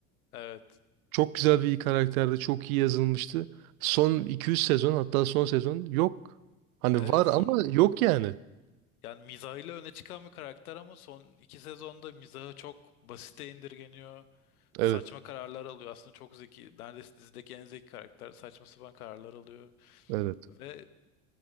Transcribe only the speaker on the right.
Çok güzel bir karakterdi. Çok iyi yazılmıştı. Son 200 sezon hatta son sezon yok. Hani
var
ama yok yani.
Evet,
evet,